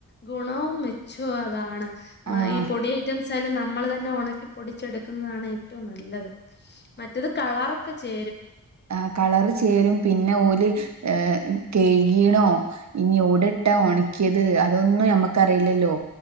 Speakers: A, on the left; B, on the right.
A: ഗുണവും മെച്ചോം അതാണ്.
B: ആഹ്
A: ഈ പൊടി ഐറ്റംസായാലും നമ്മള് തന്നെ ഉണക്കി പൊടിച്ചെടുക്കുന്നതാണ് ഏറ്റവും നല്ലത്. മറ്റേത് കളറൊക്കെ ചേ
B: ആ കളറ് ചേരും. പിന്നെ ഓലി ഏ കഴികീണോ ഇനി എവെടിട്ടാ ഒണക്കിയത് അതൊന്നും നമ്മക്കറിയില്ലല്ലോ.